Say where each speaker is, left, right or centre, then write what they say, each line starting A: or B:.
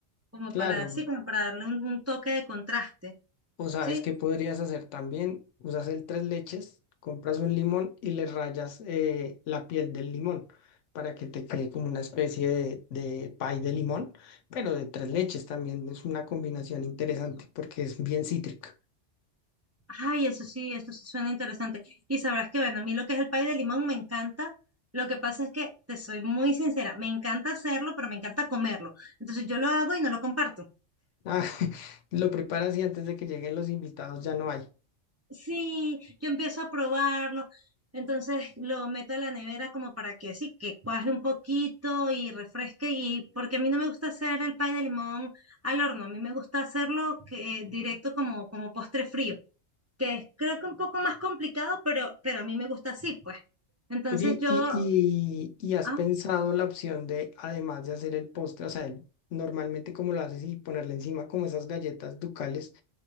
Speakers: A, on the right; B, on the left.
A: como
B: Claro,
A: para así, como para darle un, un toque de contraste,
B: O sabes
A: ¿sí?
B: qué podrías hacer también, usas el tres leches, compras un limón y le rayas eh, la piel del limón para que te quede como una especie de, de pie de limón, pero de tres leches también es una combinación interesante porque es bien cítrica.
A: Ay, eso sí, eso sí suena interesante. Y sabrás que, bueno, a mí lo que es el pay de limón me encanta. Lo que pasa es que, te soy muy sincera, me encanta hacerlo, pero me encanta comerlo. Entonces yo lo hago y no lo comparto.
B: Ah, <laughs> lo preparas y antes de que lleguen los invitados ya no hay.
A: Sí, yo empiezo a probarlo. Entonces lo meto a la nevera como para que sí, que cuaje un poquito y refresque. Y porque a mí no me gusta hacer el pay de limón al horno, a mí me gusta hacerlo que, directo como, como postre frío, que es creo que un poco más complicado, pero, pero a mí me gusta así, pues. Entonces
B: Oye,
A: yo
B: y, y, y has
A: Ah,
B: pensado la opción de, además de hacer el postre, o sea, el- normalmente como lo haces y ponerle encima como esas galletas ducales.